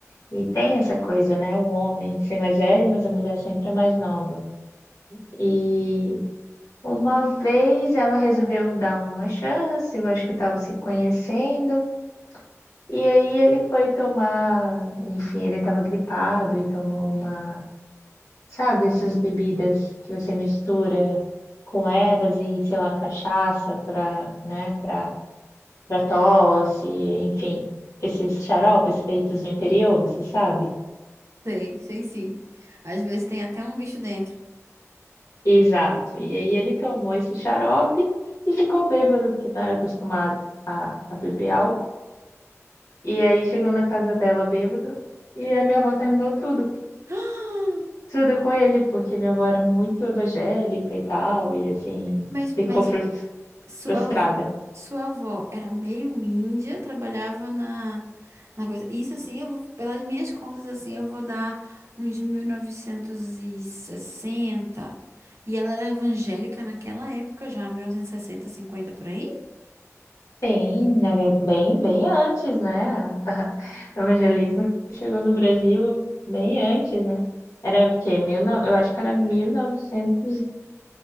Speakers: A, on the left; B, on the right.
A: E tem essa coisa, né? O homem ser mais velho, mas a mulher sempre é mais nova. E uma vez ela resolveu dar uma chance, eu acho que estava se conhecendo. E aí ele foi tomar, enfim, ele estava gripado e tomou uma, sabe, essas bebidas que você mistura com ervas e, sei lá, cachaça para, né, para para tosse, enfim, esses xaropes feitos no interior, você sabe?
B: Sei, sei sim. Às vezes tem até um bicho dentro.
A: Exato. E aí ele tomou esse xarope e ficou bêbado, porque não era acostumado a, a beber álcool. E aí chegou na casa dela bêbado e a minha avó terminou tudo.
B: <gasps>
A: Tudo com ele, porque minha avó era muito evangélica e tal, e assim,
B: Mas,
A: ficou
B: mas
A: frus-
B: Sua,
A: frustrada.
B: avó- sua avó era meio índia, trabalhava na, na coisa. Isso assim, eu vou, pelas minhas contas, assim, eu vou dar uns mil novecentos E sessenta e ela era evangélica naquela época já, mil novecentos e sessenta cinquenta por aí?
A: Sim, na ver- bem, bem antes, né? <laughs> O evangelismo chegou no Brasil bem antes, né? Era porque mil, eu acho que era 1900